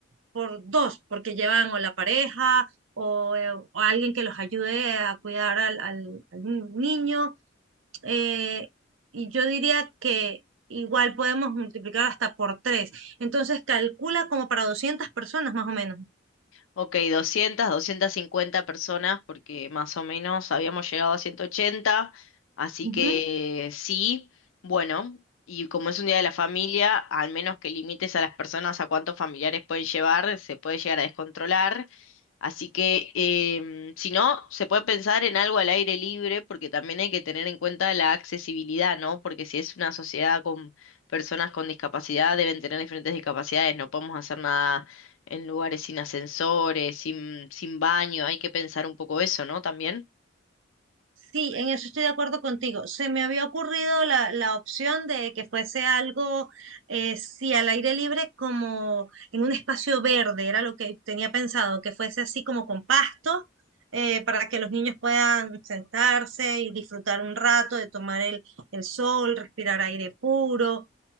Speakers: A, on the right; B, on the left.
A: por dos, porque llevan o la pareja o, eh, o alguien que los ayude a cuidar al, al- al niño. eh, y yo diría que igual podemos multiplicar hasta por tres. Entonces calcula como para 200 personas más o menos.
B: Ok, 200 250 personas, porque más o menos habíamos llegado a ciento ochenta. así
A: Ujú.
B: que sí, bueno, y como es un día de la familia, al menos que limites a las personas a cuántos familiares pueden llevar, se puede llegar a descontrolar, así que em, si no, se puede pensar en algo al aire libre, porque también hay que tener en cuenta la accesibilidad, ¿no? Porque si es una sociedad con personas con discapacidad, deben tener diferentes discapacidades, no podemos hacer nada en lugares sin ascensores, sin, sin baño, hay que pensar un poco eso, ¿no? También.
A: Sí, en eso estoy de acuerdo contigo. Se me había ocurrido la, la opción de que fuese algo, eh, sí, al aire libre, como en un espacio verde, era lo que tenía pensado, que fuese así como con pasto, eh, para que los niños puedan sentarse y disfrutar un rato de tomar el, el sol, respirar aire puro,